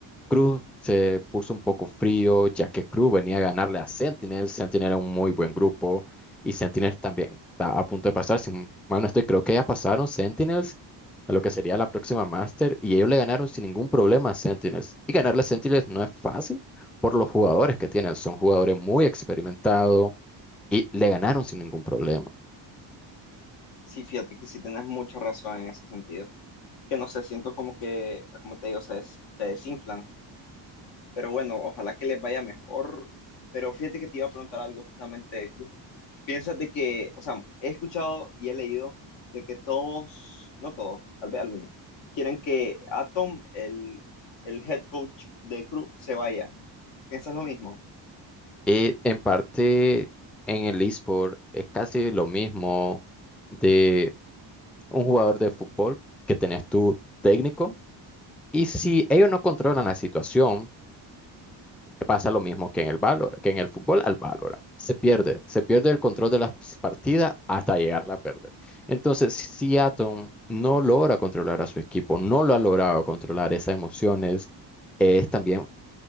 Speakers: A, in the centre; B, on the left.
A: Cruz se puso un poco frío, ya que Cruz venía a ganarle a Sentinel, Sentinel era un muy buen grupo, y Sentinel también está a punto de pasar, si mal no estoy, creo que ya pasaron Sentinels, a lo que sería la próxima Master, y ellos le ganaron sin ningún problema a Sentinels. Y ganarle a Sentinels no es fácil por los jugadores que tienen, son jugadores muy experimentados y le ganaron sin ningún problema.
B: Sí, fíjate que sí tienes mucha razón en ese sentido. que no sé, siento como que, como te digo, se, des- se desinflan. Pero bueno, ojalá que les vaya mejor. Pero fíjate que te iba a preguntar algo justamente de Cruz. Piensas de que, o sea, he escuchado y he leído de que todos, no todos, tal vez algunos, quieren que Atom, el, el head coach de Cruz, se vaya. ¿Piensas lo mismo?
A: Y en parte en el eSport es casi lo mismo de un jugador de fútbol que tenés tu técnico, y si ellos no controlan la situación, Pasa lo mismo que en el valor, que en el fútbol al Valorant. Se pierde, se pierde el control de las partidas hasta llegarla a perder. Entonces, si Seattle no logra controlar a su equipo, no lo ha logrado controlar esas emociones, es también